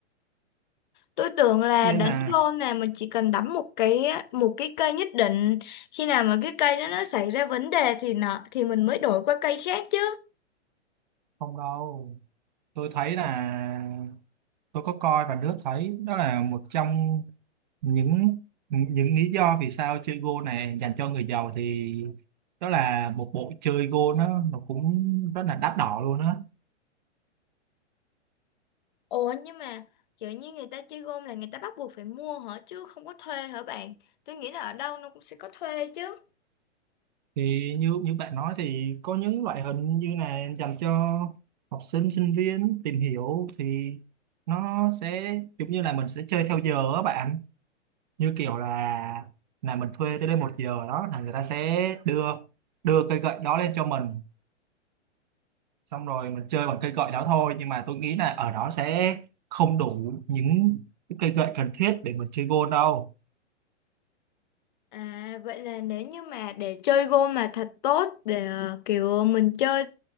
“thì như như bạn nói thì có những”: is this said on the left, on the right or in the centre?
Right